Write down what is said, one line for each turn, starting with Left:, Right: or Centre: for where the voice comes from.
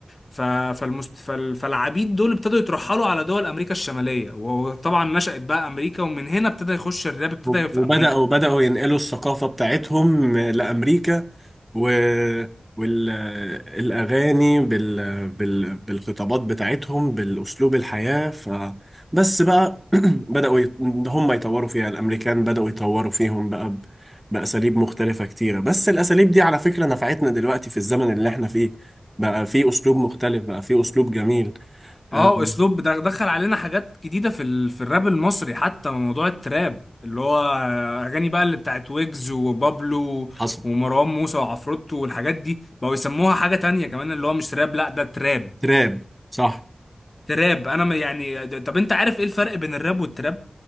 Left: ف- فالمست... فال... فالعبيد دول ابتدوا يترحلوا على دول امريكا الشماليه وطبعا نشأت بقى امريكا ومن هنا ابتدى يخش الراب ابتدى
Centre: وبدأوا
Left: في امريكا
Centre: بدأوا ينقلوا الثقافة بتاعتهم لأمريكا و والأغاني بال... بال... بالخطابات بتاعتهم بالأسلوب الحياة ف... بس بقى <clears throat> بدأوا يت... هم يطوروا فيها الأمريكان بدأوا يطوروا فيهم بقى ب... بأساليب مختلفة كتيرة بس الأساليب دي على فكرة نفعتنا دلوقتي في الزمن اللي احنا فيه بقى في أسلوب مختلف بقى في أسلوب جميل
Left: اه
Centre: أم،
Left: اسلوب ده دخل علينا حاجات جديده في ال... في الراب المصري حتى موضوع التراب اللي هو اغاني بقى اللي بتاعت ويجز وبابلو
Centre: حصل
Left: ومروان موسى وعفروتو والحاجات دي بقوا يسموها حاجه تانية كمان اللي هو مش راب لا ده تراب
Centre: تراب صح
Left: تراب انا ما- يعني طب انت عارف ايه الفرق بين الراب والتراب